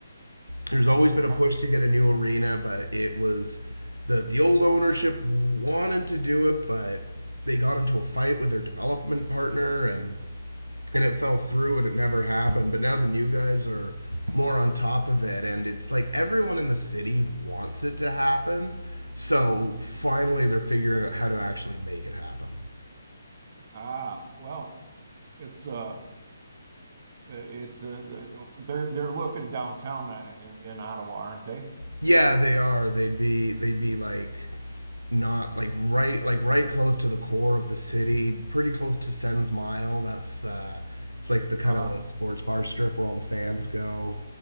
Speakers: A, on the right; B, on the right.
A: There's always been a push
B: Aren't they-
A: to get a new arena, but it was the the old ownership wanted to do it, but they got into a fight with their development partner and and it fell through and it never happened. But now the new guys are more on top of it, and it's like everyone in the city wants it to happen. So finally, they're figuring out how to actually make it happen.
B: Ah, well, it's uh Uh, It, uh, they're, they're looking downtown uh, in, in Ottawa, aren't they?
A: Yeah, they are. They'd be they'd be like not like right like right close to the core of the city, pretty close to Sens Mile. That's uh it's like the kind
B: Uh-huh.
A: of sports bar strip where all the fans go